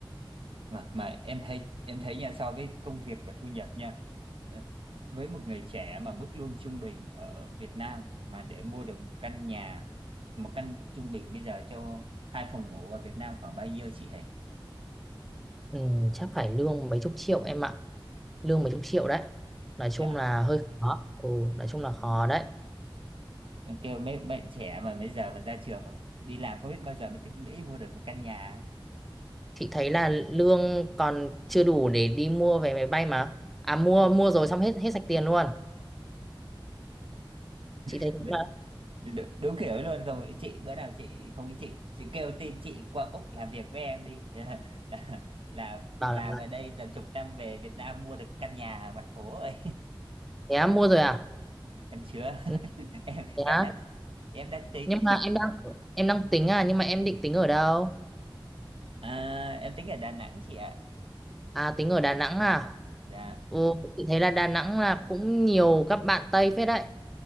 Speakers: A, on the right; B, in the centre.
A: mà mà em thấy em thấy nha so với công việc và thu nhập nha ờ, với một người trẻ mà mức lương trung bình ở Việt Nam mà để mua được một căn nhà một căn trung bình bây giờ cho hai phòng ngủ ở Việt Nam khoảng bao nhiêu chị hề
B: Ừ, chắc phải lương mấy chục triệu em ạ. Lương mấy chục triệu đấy. Nói chung
A: dạ
B: là hơi khó. Ồ, nói chung là khó đấy.
A: em kêu mấy bạn trẻ mà bây giờ mà ra trường mà đi làm không biết bao giờ mới tích lũy mua được một căn nhà
B: Chị thấy là lương còn chưa đủ để đi mua vé máy bay mà. À mua mua rồi xong hết hết sạch tiền luôn. Chị thấy
A: <laughs>
B: thế là
A: Đ- đúng kiểu ấy luôn không ý chị bữa nào chị không ý chị chị kêu tin chị qua Úc làm việc với em đi <laughs> là là
B: bảo
A: làm
B: là
A: ở đây tầm chục năm về Việt Nam mua được căn nhà ở mặt phố rồi
B: thế á, mua rồi à?
A: <laughs> em chưa
B: Ừ,
A: <laughs> em
B: thế
A: em
B: á.
A: đang em đang tính
B: Nhưng mà em đang em đang tính à nhưng mà em định tính ở đâu?
A: à, em tính ở Đà Nẵng chị ạ
B: À tính ở Đà Nẵng à?
A: dạ
B: Ồ, chị thấy là Đà Nẵng là cũng nhiều các bạn Tây phết đấy.